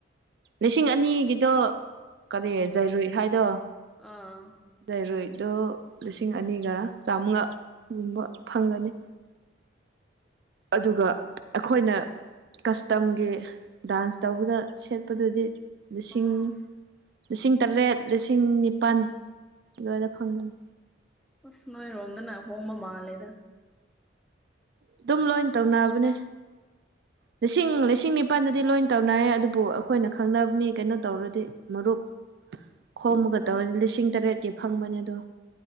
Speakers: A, on the right; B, in the centre.
A: ꯂꯤꯁꯤꯡ ꯑꯅꯤꯒꯤꯗꯣ ꯀꯔꯤ ꯖꯩꯔꯨꯏ ꯍꯥꯏꯗꯣ
B: ꯑꯥ
A: ꯖꯔꯨꯏꯗꯣ ꯂꯤꯁꯤꯡ ꯑꯅꯤꯒ ꯆꯥꯃꯉꯥꯒꯨꯝꯕ ꯐꯪꯒꯅꯤ ꯑꯗꯨꯒ ꯑꯩꯈꯣꯏꯅ ꯀꯁꯇꯝꯒꯤ ꯗꯥꯟꯁ ꯇꯧꯕꯗ ꯁꯦꯠꯄꯗꯨꯗꯤ ꯂꯤꯁꯤꯡ
B: ꯑꯥ
A: ꯂꯤꯁꯤꯡ ꯇꯔꯦꯠ ꯂꯤꯁꯤꯡ ꯅꯤꯄꯥꯜ ꯑꯗꯨꯋꯥꯏꯗ ꯐꯪꯒꯅꯤ
B: ꯑꯁ ꯅꯣꯏꯔꯣꯝꯗꯅ ꯍꯣꯡꯕ ꯃꯥꯜꯂꯦꯗ
A: ꯑꯗꯨꯝ ꯂꯣꯏ ꯇꯧꯅꯕꯅꯦ ꯂꯤꯁꯤꯡ ꯂꯤꯁꯤꯡ ꯅꯤꯄꯥꯜꯗꯗꯤ ꯂꯣꯏ ꯇꯧꯅꯔꯌꯦ ꯑꯗꯨꯕꯨ ꯑꯩꯈꯣꯏꯅ ꯈꯪꯅꯕ ꯃꯤ ꯀꯩꯅꯣ ꯇꯧꯔꯗꯤ ꯃꯔꯨꯞ ꯈꯣꯝꯃꯒ
B: ꯑꯥ
A: ꯇꯧꯔꯗꯤ ꯂꯤꯁꯤꯡ ꯇꯔꯦꯠꯀꯤ ꯐꯪꯕꯅꯤ ꯑꯗꯣ꯫